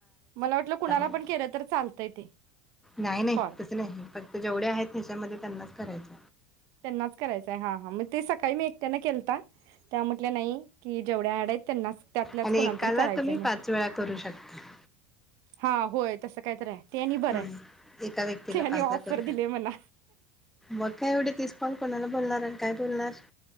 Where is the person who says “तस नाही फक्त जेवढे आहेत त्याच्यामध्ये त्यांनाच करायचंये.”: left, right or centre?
Centre